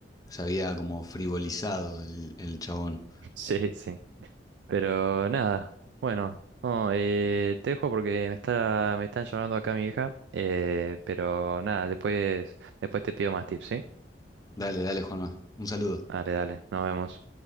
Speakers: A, on the left (about 20°); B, on the right (about 70°).
A: Se había como frivolizado el, el chabón.
B: <laughs> Sí, sí. Pero nada, bueno, no, eh, te dejo porque me está, me están llamando acá mi hija, eh, pero nada, después, después te pido más tips, ¿sí?
A: Dale, dale, Juanma, un saludo.
B: Dale, dale, nos vemos.